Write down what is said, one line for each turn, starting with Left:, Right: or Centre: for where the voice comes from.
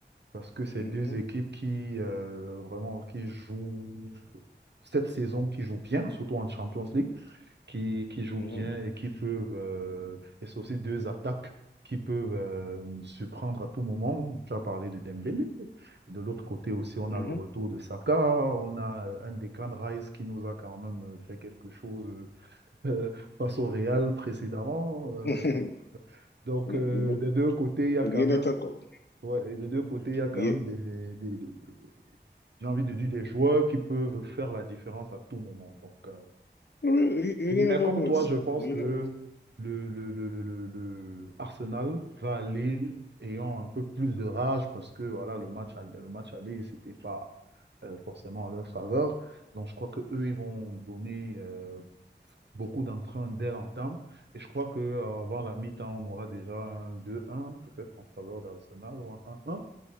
Right: parce que c'est
Left: mhm,
Right: deux équipes qui euh, vraiment qui jouent cette saison qui jouent bien, surtout en Champions League qui, qui jouent
Left: mhm,
Right: bien et qui peuvent, euh, et c'est aussi deux attaques qui peuvent euh, surprendre à tout moment. Tu as parlé de Dembélé. De l'autre côté aussi, on
Left: mhm.
Right: a le retour de Saka, on a euh, un déclin de Rice qui nous a quand même euh, fait quelque chose euh, <laughs> euh, face au Real précédemment. Euh,
Left: <laughs>
Right: donc, euh,
Left: Bon,
Right: des deux côtés, il y a
Left: rien
Right: quand même,
Left: n'est encore.
Right: ouais, et des deux côtés, il y a quand
Left: Rien
Right: même des, des- des- des- j'ai envie de dire des joueurs qui peuvent faire la différence à tout moment. Donc, euh,
Left: oui, rien
Right: Mais
Left: n'est
Right: comme
Left: encore
Right: toi,
Left: dit.
Right: je pense
Left: Rien
Right: que
Left: n'est-
Right: le, le, le, le, le- le Arsenal va aller ayant un peu plus de rage parce que voilà, le match, all- le match aller, c'était pas euh, forcément en leur faveur. Donc je crois que eux, ils vont donner euh, beaucoup d'entrain dès l'entame. Et je crois que euh, avant la mi-temps, on aura déjà un deux un peut-être en faveur d'Arsenal ou un un 1